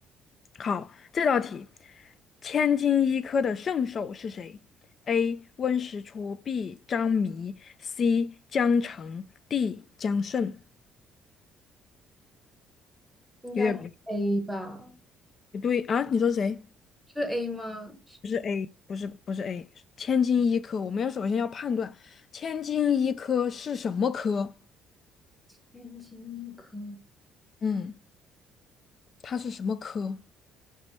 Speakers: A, on the left (about 45°); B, in the centre.
A: 好，这道题，千金一科的圣手是谁？A. 温实初，B. 张弥，C. 江澄，D. 江胜。
B: 应该是
A: 有点
B: A 吧？
A: 不对啊？你说谁？
B: 是 A 吗？
A: 不是 A，不是不是 A，千金一科。我们要首先要判断千金一科是什么科？
B: 天津医科，
A: 嗯，它是什么科？